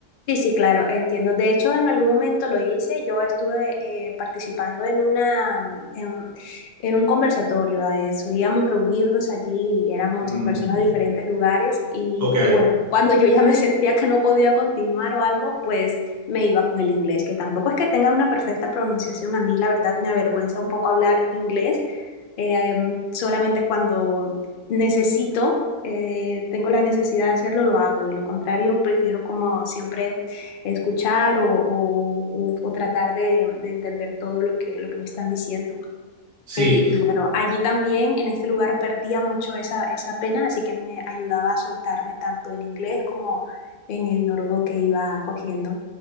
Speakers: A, on the left; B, on the right.
A: Sí, sí, claro, entiendo. De hecho, en algún momento lo hice. Yo estuve eh, participando en una, mm, en, un en un conversatorio. eh, solíamos reunirnos allí y éramos
B: Mm,
A: personas de diferentes lugares. Y,
B: ok,
A: y bueno, <laughs> cuando yo ya me <laughs> sentía que no podía continuar o algo, pues me iba con el inglés, que tampoco es que tenga una perfecta pronunciación. A mí, la verdad, me avergüenza un poco hablar inglés. eh, em, solamente cuando necesito, eh, tengo la necesidad de hacerlo, lo hago. De lo contrario, prefiero como siempre escuchar o, o, o- o tratar de, de entender todo lo que, lo que me están diciendo.
B: sí.
A: Y, y bueno, allí también en este lugar perdía mucho esa, esa pena, así que me ayudaba a soltarme tanto en inglés como en el noruego que iba cogiendo.